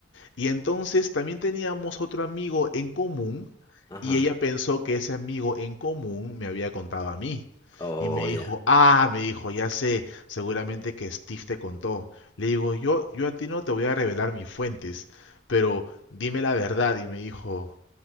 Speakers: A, on the left (about 80°); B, on the left (about 20°).
A: Y entonces también teníamos otro amigo en común
B: Ajá,
A: y ella pensó que ese amigo en común me había contado a mí.
B: oh,
A: Y me dijo,
B: ya.
A: ah, me dijo, ya sé, seguramente que Steve te contó. Le digo, yo, yo a ti no te voy a revelar mis fuentes, pero dime la verdad. Y me dijo,